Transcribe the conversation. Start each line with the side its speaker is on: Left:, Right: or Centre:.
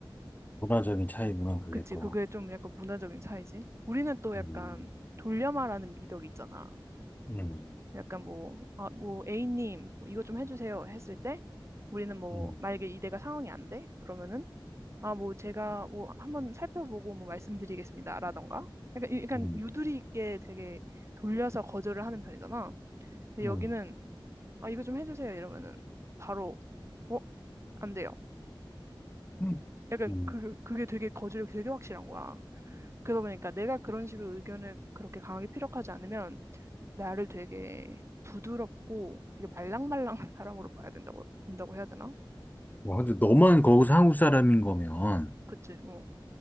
Left: 문화적인 차이구나, 그게
Right: 그치,
Left: 또.
Right: 그게 좀 약간 문화적인 차이지. 우리는 또 약간
Left: 음,
Right: 돌려 말하는 미덕이 있잖아.
Left: 음,
Right: 약간 뭐, 아, 뭐, A님, 뭐 이거 좀 해주세요 했을 때 우리는 뭐,
Left: 음,
Right: 만약에 이대가 상황이 안 돼? 그러면은 아, 뭐 제가 뭐 한번 살펴보고 뭐 말씀드리겠습니다라던가. 약간, 이- 약간
Left: 음,
Right: 유두리 있게 되게 돌려서 거절을 하는 편이잖아. 근데
Left: 음,
Right: 여기는 아, 이거 좀 해주세요 이러면은 바로 어? 안 돼요.
Left: 음.
Right: 약간
Left: 음.
Right: 그, 그게 되게 거절이 되게 확실한 거야. 그러다 보니까 내가 그런 식으로 의견을 그렇게 강하게 피력하지 않으면 나를 되게 부드럽고 되게 말랑말랑한 사람으로 봐야 된다고, 본다고 해야 되나?
Left: 와, 근데 너만 거기서 한국 사람인 거면,
Right: 그치? 어.